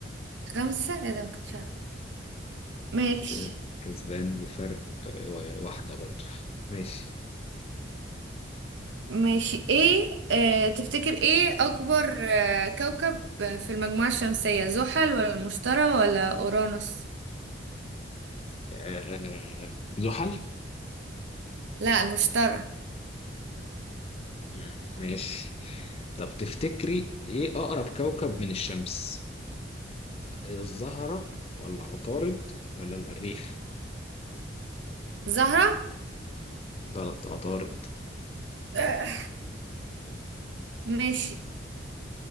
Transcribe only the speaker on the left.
كده كسبان بفرق آه، واحدة برضه ماشي
آه، زحل
مم، ماشي طب تفتكري إيه أقرب كوكب من الشمس الزهرة ولا عطارد ولا المريخ
غلط عطارد